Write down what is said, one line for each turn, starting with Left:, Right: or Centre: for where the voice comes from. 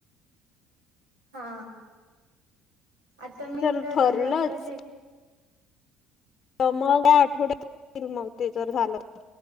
Right: हा, आता मी
Left: जर
Right: तर
Left: ठरलंच
Right: दोन वर्षाची
Left: मग काय आठवड्यात येईल म ते जर झालं.